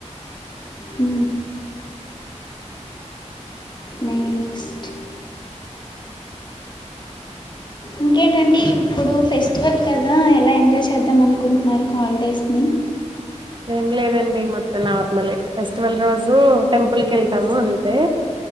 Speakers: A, on the left; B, on the right.
A: అ నెక్స్ట్ ఇంకేంటండి ఇప్పుడు ఫెస్టివల్ కదా ఎలా ఎంజాయ్ చేద్దాం అనుకుంటున్నారు హాలిడేస్ ని
B: ఏం లేదండి మొత్తం నార్మలే ఫెస్టివల్ రోజు టెంపుల్ క వెళ్తాము అంతే